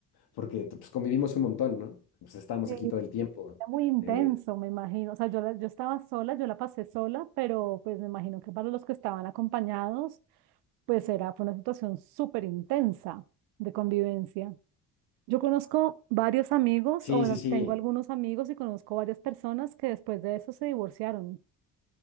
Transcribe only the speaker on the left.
porque pues convivimos un montón, ¿no? Pues estábamos
aquí
todo el tiempo.
Eh,
sí,
sí, sí.